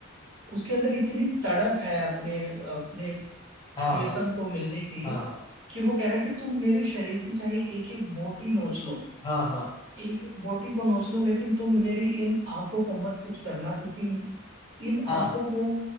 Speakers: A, on the right; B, on the left.
A: उसके अंदर इतनी तड़प है अपने अपने
B: हाँ
A: प्रियतम
B: हाँ
A: को मिलने की
B: हाँ
A: कि वो कह रहा है कि तुम मेरे शरीर की चाहे एक एक बोटी नोच लो
B: हाँ हाँ हाँ
A: एक एक बोटी को नोच लो लेकिन तुम मेरी इन आंखों को मत कुछ करना क्योंकि इन
B: हाँ
A: आंखों को